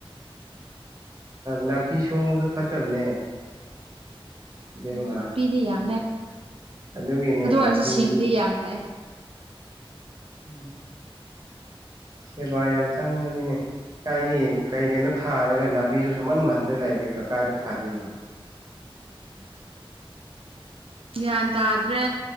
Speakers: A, on the right; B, on the right.
A: ꯅꯥꯄꯤ ꯁꯣꯡꯕꯁꯨ ꯐꯠꯇꯕꯅꯦ ꯏꯕꯦꯝꯃ
B: ꯎꯝ ꯅꯥꯄꯤꯗꯤ ꯌꯥꯝꯃꯦ
A: ꯑꯗꯨꯒꯤꯅꯦ
B: ꯑꯗꯨ ꯑꯣꯏꯔꯁꯨ
A: ꯅꯥꯄꯤ
B: ꯁꯤꯡꯗꯤ ꯌꯥꯝ ꯐꯩ
A: ꯎꯝ ꯁꯦꯕꯥ ꯌꯥꯝꯏ ꯆꯪꯕꯅꯤꯅꯦ ꯀꯥꯏꯒꯤ ꯀꯩ ꯀꯩꯅꯣ ꯊꯥꯔꯒ ꯅꯥꯄꯤꯁꯨ ꯁꯨꯝꯍꯟꯃꯟꯗꯅ ꯂꯩꯇꯦ ꯀ ꯀꯥꯏꯗ ꯐꯗꯣꯏꯅꯣ
B: ꯎ
A: ꯎꯝ
B: ꯒ꯭ꯌꯥꯟ ꯇꯥꯗ꯭ꯔꯦ